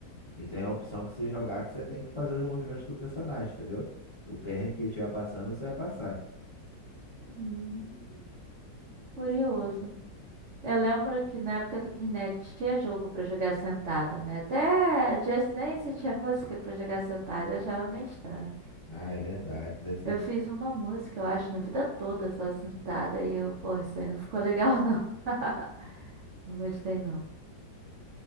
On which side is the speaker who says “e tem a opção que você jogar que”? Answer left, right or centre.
Left